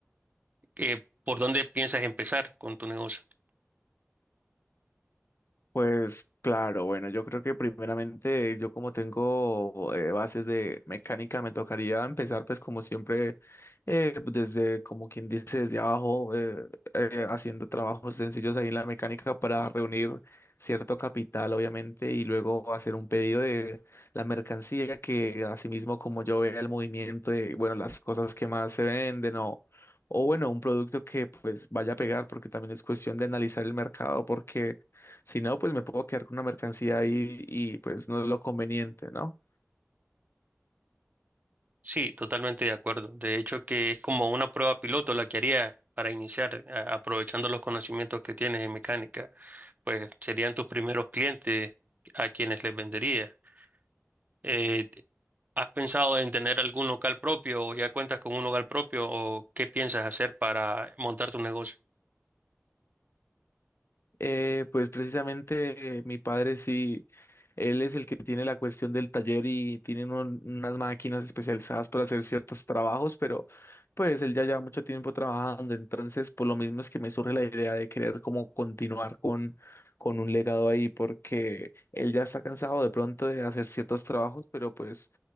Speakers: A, on the right (about 35°); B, on the left (about 55°).
A: eh, ¿por dónde piensas empezar con tu negocio?
B: Pues claro, bueno, yo creo que primeramente yo como tengo eh, bases de mecánica me tocaría empezar pues como siempre eh, desde como quien dice desde abajo eh, eh, haciendo trabajos sencillos ahí en la mecánica para reunir cierto capital obviamente y luego hacer un pedido de la mercancía que asimismo como yo vea el movimiento de bueno las cosas que más se venden o o bueno un producto que pues vaya a pegar porque también es cuestión de analizar el mercado porque si no, pues me puedo quedar con una mercancía ahí y pues no es lo conveniente, ¿no?
A: Sí, totalmente de acuerdo. De hecho, que es como una prueba piloto la que haría para iniciar, a- aprovechando los conocimientos que tienes en mecánica. Pues serían tus primeros clientes a quienes les vendería. Eh, t- ¿has pensado en tener algún local propio o ya cuentas con un local propio o qué piensas hacer para montar tu negocio?
B: Eh, pues precisamente eh, mi padre sí, él es el que tiene la cuestión del taller y tienen un- unas máquinas especializadas para hacer ciertos trabajos, pero pues él ya lleva mucho tiempo trabajando, entonces por lo mismo es que me surge la idea de querer como continuar con, con un legado ahí, porque él ya está cansado de pronto de hacer ciertos trabajos, pero pues